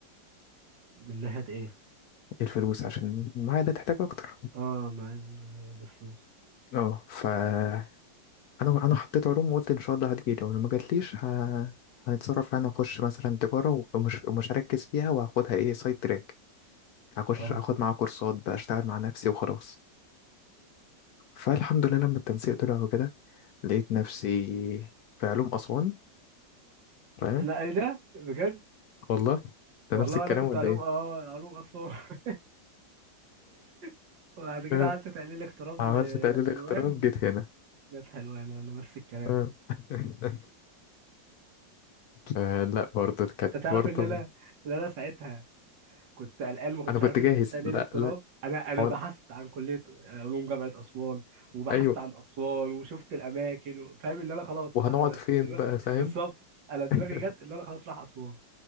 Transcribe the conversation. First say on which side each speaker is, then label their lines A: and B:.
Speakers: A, on the right; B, on the left.
A: من ناحيه ايه
B: الفلوس عشان المعاهد هتحتاج اكتر
A: اه مع ال- الفلوس
B: اه فانا انا أنا حطيت علوم وقلت ان شاء الله هتجيلي ولو ما جاتليش ه- هنتصرف يعني اخش مثلا تجاره ومش ومش هركز فيها وهاخدها ايه سايد تراك هخش
A: اه بالظبط
B: اخد معاها كورسات بقى اشتغل مع نفسي وخلاص فالحمد لله لما التنسيق طلع وكده لقيت نفسي في علوم أسوان فاهم
A: لا ايه ده بجد
B: والله ده
A: والله
B: نفس الكلام
A: انا كنت
B: ولا
A: علوم
B: إيه؟
A: اه علوم اسوان <laughs> وبعد كده
B: آه.
A: قعدت تحليل اغتراب
B: عملت
A: ل-
B: تقليل
A: لحلوان
B: اغتراب جيت هنا
A: جت حلوان ولا نفس الكلام
B: آه. <laughs> آه لا برضه كانت
A: انت تعرف
B: برضه
A: ان انا ان انا ساعتها كنت قلقان ما كنتش
B: أنا كنت
A: عارف
B: جاهز
A: ان في تحليل
B: لا
A: اغتراب
B: لا
A: انا انا
B: هو
A: بحثت
B: أنا-
A: عن كليه علوم جامعه اسوان وبحثت
B: أيوه
A: عن اسوان وشفت الاماكن و- فاهم ان انا خلاص
B: وهنقعد
A: انا
B: فين
A: كده
B: بقى فاهم
A: بالظبط انا دماغي
B: <laughs>
A: جت ان انا خلاص رايح اسوان